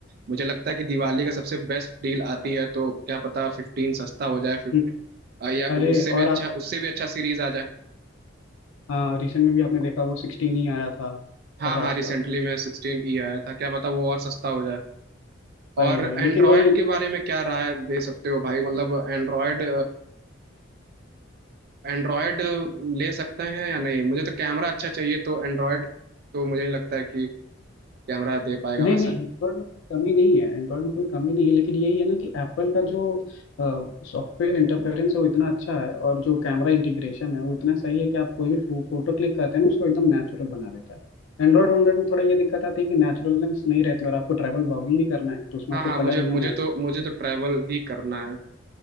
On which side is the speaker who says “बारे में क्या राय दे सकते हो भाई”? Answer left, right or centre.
Right